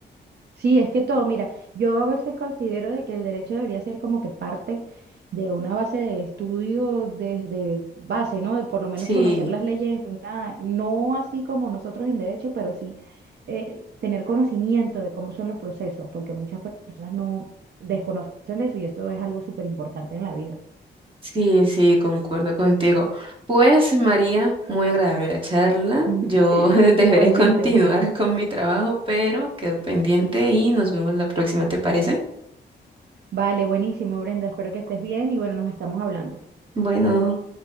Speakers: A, on the right (about 65°); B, on the right (about 30°).
A: Sí, es que todo, mira, yo a veces considero de que el derecho debería ser como que parte de una base de estudio desde base, ¿no? De por lo menos
B: Sí,
A: conocer las leyes en una, no así como nosotros en derecho, pero sí eh, tener conocimiento de cómo son los procesos, porque muchas personas no desconocen de eso y esto es algo súper importante en la vida.
B: sí, sí, concuerdo contigo. Pues María, muy agradable la charla.
A: <laughs>
B: Yo <laughs> deberé
A: Igualmente,
B: continuar
A: Brenda.
B: con mi trabajo, pero quedo pendiente y nos vemos la próxima, ¿te parece?
A: Vale, buenísimo, Brenda. Espero que estés bien y bueno, nos estamos hablando.
B: Bueno.